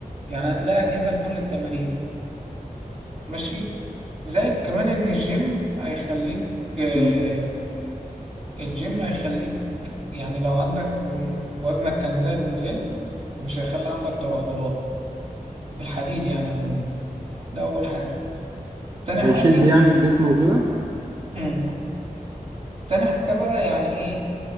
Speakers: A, on the right; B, on the right.
A: يعني هتلاقي أجهزة لكل التمارين ماشي زائد كمان إن الجيم هيخليك آه،
B: مم.
A: الجيم هيخليك يعني لو عندك م- وزنك كان زاد ونزلت مش هيخلي عندك ترهلات الحديد يعني عموما ده أول حاجة تاني
B: هيشد
A: حاجة
B: يعني الجسم وكده
A: مم. تاني حاجة بقى يعني إيه